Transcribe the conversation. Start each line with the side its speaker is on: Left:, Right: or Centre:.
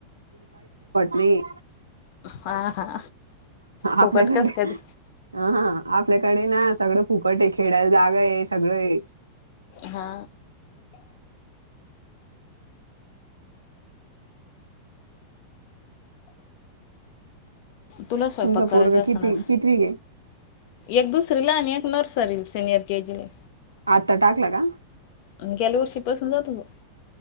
Right: नाही
Left: हा हा. फुकट
Right: आपल्याकडे
Left: कस कधी
Right: ह हा आपल्याकडे ना सगळं फुकट आहे खेळायला जागा आहे सगळं आहे.
Left: हा. तुला स्वयंपाक
Right: तुमचा
Left: करायचा
Right: पोरग
Left: असणार?
Right: किती कितवीक आहे
Left: एक दुसरीला आणि एक नर्सरी सिनियर के जी ला
Right: आत्ता टाकला का?
Left: आणि गेल्या वर्षीपासून जातो तो.